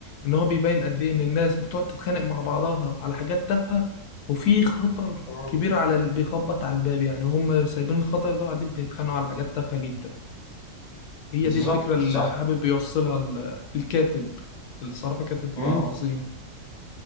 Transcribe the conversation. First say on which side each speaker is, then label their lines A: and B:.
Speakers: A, on the left; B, on the left.
A: ان هو بيبين قد ايه ان الناس بتقعد تتخانق مع بعضها على حاجات تافهه وفي خطر
B: م-
A: كبير على اللي بيخبط على الباب يعني هم سايبين الخطر ده وقاعدين بيتخانقوا على حاجات تافهه جدا هي
B: بالظبط
A: دي الفكره اللي
B: صح
A: حابب يوصلها ال- الكاتب الصراحه كاتب
B: م-
A: عظيم